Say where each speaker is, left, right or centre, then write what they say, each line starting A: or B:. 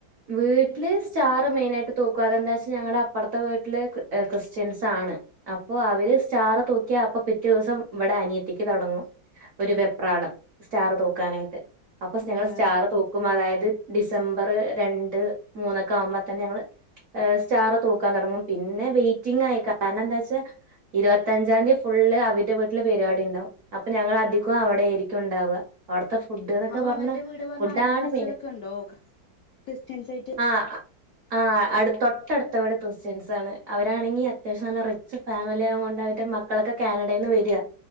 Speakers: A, on the right (about 60°); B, on the left (about 75°).
A: വീട്ടില് സ്റ്റാറ് മെയിനായിട്ട് തുക്കും അതെന്താച്ചാ ഞങ്ങളെ അപ്പറത്തെ വീട്ടില് ഹ് ക്രിസ്ത്യൻസ്സ്സാണ് അപ്പൊ അവര് സ്റ്റാറ് തൂക്കിയാ അപ്പൊ പിറ്റേ ദിവസം ഇവിടെ അനിയത്തിക്ക് തൊടങ്ങും ഒരു വെപ്രാളം സ്റ്റാർ തുക്കാനായിട്ട് അപ്പൊ ഞങ്ങള്
B: ആ
A: സ്റ്റാർ തുക്കും അതായത് ഡിസംബറ് രണ്ട് മൂന്നൊക്കെ ആവുമ്പോ തന്നെ ഞങ്ങള് ആഹ് സ്റ്റാറ് തൂക്കാൻ തുടങ്ങും പിന്നെ വെയിറ്റിംഗ് ആയി കാരണം എന്താ വെച്ചാ ഇരുപത്തഞ്ചാം തീയതി ഫുള് അവരുടെ വീട്ടില് പരിപാടി ഉണ്ടാവും അപ്പൊ ഞങ്ങള് അധികം അവിടെ ആയിരിക്കും ഉണ്ടാവുക അവിടത്തെ ഫുഡ് എന്നൊക്കെ
B: അപ്പൊ
A: പറഞ്ഞ
B: അവരുടെ വീട് പറഞ്ഞ
A: ഫുഡാണ്
B: അയൽവാസികളൊക്കെ
A: മേയ്ൻ
B: ഉണ്ടോ ക്രിസ്ത്യൻസ് ആയിട്ട്
A: ആഹ് ആഹ് അടു തൊട്ടടുത്തവിടെ ക്രിസ്ത്യൻസ് ആണ് അവരാണെങ്കിൽ അത്യാവശ്യം നല്ല റി ച്ച് ഫാമിലി ആയ കൊണ്ടാവരുടെ മക്കളൊക്കെ കാനഡയിൽ നിന്ന് വര്യ